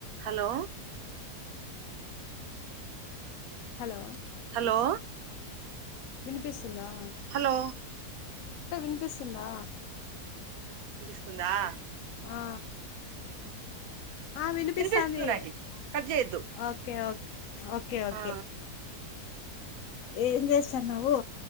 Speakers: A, on the right; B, on the left.
A: హలో
B: హలో
A: హలో
B: వినిపిస్తూ ఆ
A: హలో
B: అక్క వినిపిస్తుందా
A: ందా
B: ఆ ఆ వినిపిస్తాంది
A: ఇనిపిస్తుంది నాకి కట్ చేయొద్దు
B: ఓకే ఓకే ఓకే
A: ఆ
B: ఏం చేస్తానవు